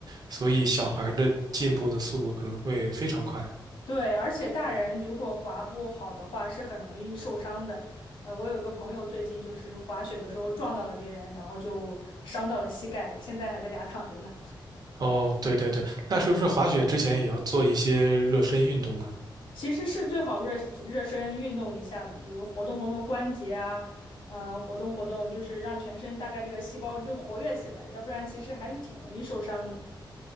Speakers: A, on the right; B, on the left.
A: 所以小孩儿的进步的速度可能会非常快。
B: 对，而且大人如果滑不好的话，是很容易受伤的。呃，我有一个朋友最近就是滑雪的时候撞到了别人，然后就伤到了膝盖，现在还在家躺着呢。
A: 哦，对对对，那是不是滑雪之前也要做一些热身运动啊？
B: 其实是最好热热身运动一下的，比如活动活动关节啊，呃，活动活动，就是让全身大概这个细胞就活跃起来，要不然其实还是挺容易受伤的。